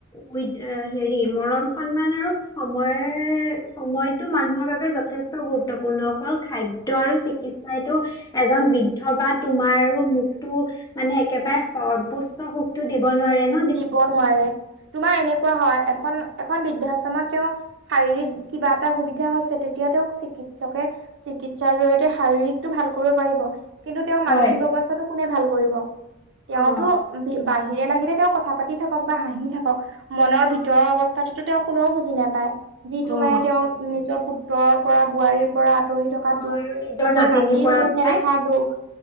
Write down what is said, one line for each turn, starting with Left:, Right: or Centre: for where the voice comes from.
Left: উই হেৰি মৰম সন্মান আৰু সময় সময়তটো মানুহৰ বাবে যথেষ্ট গুৰুত্বপূৰ্ণ অকল খাদ্্য আৰু চিকিৎসাইটো এজন বৃদ্ধ বা তোমাৰো মখতো মানে একেবাৰে সৰ্বোচ্চ সুখ ো দিব নোৱাৰে ন
Right: দিব নোৱাৰে তোমাৰ এনেকুৱা হয় এখন এখন বৃদ্ধাশ্ৰমত তেওঁ শাৰীৰিক কিবা এটা সুবিধা হৈছে তেতিয়া তেওঁক চিকিৎসকে চিকিৎসাৰ জৰিয়তে শাৰীৰিকটো ভাল কৰিব পাৰিব কিন্তু তেওঁৰ মানসিক
Left: হয়
Right: অৱস্থাটো কোনে ভাল কৰিব তেওঁতো
Left: অ
Right: বাহিৰে লাগিলে তেওঁ কথা পাতি থাকক বা হাঁহি থাকক মনৰ ভিতৰৰ
Left: অ
Right: অৱস্থাটোতো তেওঁ কোনেও বুজি নাপায় যিটো
Left: অ
Right: মানে তেওঁৰ নিজৰ পুত্ৰৰ পৰা বোৱাৰীৰ পৰা আঁতৰি থকা
Left: অ
Right: দুখ
Left: আৰু
Right: নিজৰ
Left: নাতিনীৰ
Right: নাতিৰ
Left: পৰা
Right: মুখ নেদেখা
Left: পাই
Right: দুখ